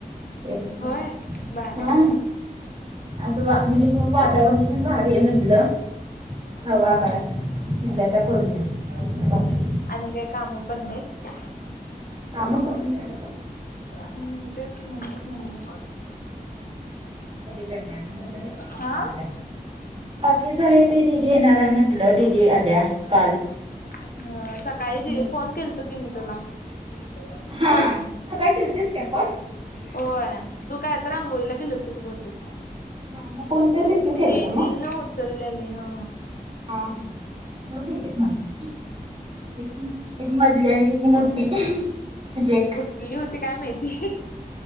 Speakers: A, on the right; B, on the left.
A: टेरेसवर
B: होय बारे
A: हा असं म्हणजे वातावरण पण भारी हे म्हटलं हवा
B: हो
A: गार <unintelligible> करूया. वॉकिंग.
B: आणि काय काम पण नाहीत.
A: काम करून झालं बघ.
B: हम्म तेच म्हणुनच म्हणलं.
A: त्यांना काय
B: हा
A: <unintelligible> बाकीच आहे ते दीदी येणार. आहे
B: <unintelligible>
A: म्हटलं दिदी आल्या काल.
B: हा सकाळी
A: हम्म.
B: फोन केलंतो की मी तुला. तर इथल्या इथं जवळाय म्हणू
A: हां सकाळी केलतीस काय कॉल?
B: होय तू काय तर आंघोळीला गेली होतीस बहुतेक
A: हा मग कोणतरी रिसिव्ह केलं
B: दीदीन
A: का मग?
B: उचललेली हा
A: हा हा दोन दीदीत माझा एक एक मधली आणि एक मो म्हणजे एक
B: कुटली हुती काय माहिती